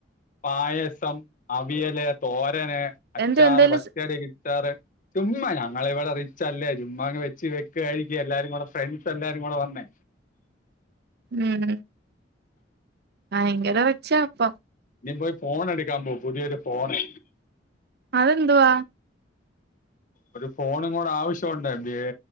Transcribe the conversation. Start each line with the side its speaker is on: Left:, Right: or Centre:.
Left: പായസം അവിയല് തോ രന് അച്ചാറ്
Right: എന്തു എന്തേലും
Left: പച്ചടി കി അച്ചാറ് ചുമ്മാ ഞങ്ങള് ഇവിടെ റിച്ച് അല്ലേ ചുമ്മാ അങ്ങ് വെച്ച് വെച്ച് കഴിക്ക എല്ലാരുംകൂടെ ഫ്രണ്ട്സ് എല്ലാരും കൂടെ വന്നേ
Right: ഉം ഭയങ്കര റിച്ചാപ്പ
Left: ഞ്ഞി പോയി ഫോൺ എടുക്കാൻ പോ പുതിയൊരു ഫോണ്
Right: അതെന്തുവാ
Left: ഒരു ഫോണ് ഇങ്ങോട് ആവശ്യണ്ട് എന്ത്യെ